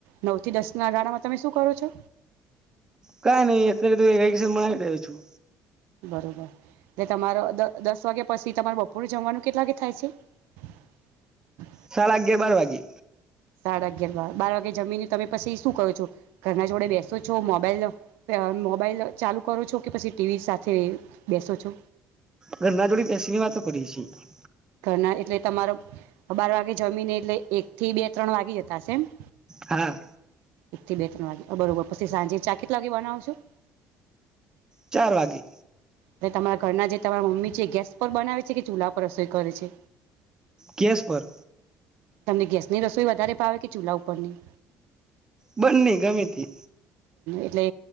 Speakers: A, on the right; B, on the right.
A: નવ થી દસ ના ગાળામાં તમે શું કરો છો?
B: કઈ નહીં અત્યારે તો વેકેશન મનાવી રહ્યો છું.
A: બરોબર એટલે તમારો દસ દસ વાગ્યા પછી તમારે બપોરે જમવાનું કેટલા વાગે થાય છે?
B: સાડા અગિયાર બાર વાગે.
A: સાડા અગિયાર બાર. બાર વાગે જમીને તમે પછી શું કરો છો, ઘરના જોડે બેસો છો, મોબાઈલ અ મોબાઈલ ચાલુ કરો છો કે પછી ટીવી સાથે બેસો છો?
B: ઘરના જોડી બેસીની વાતો કરીએ છીએ.
A: ઘરના એટલે તમારો બાર વાગે જમીને એટલે એક થી બે ત્રણ વાગી જતા હશે એમ.
B: હા.
A: એક થી બે ત્રણ વાગે અ બરોબર પછી સાંજે ચા કેટલા વાગે બનાવો છો?
B: ચાર વાગે.
A: એટલે તમારા ઘરના જે તમારા મમ્મી છે એ ગેસ પર બનાવે છે કે ચૂલા પર રસોઈ. કરે છે.
B: ગેસ પર
A: તમને ગેસ ની રસોઈ વધારે ભાવે કે ચૂલા ઉપરની?
B: બંને ગમેતી.
A: એટલે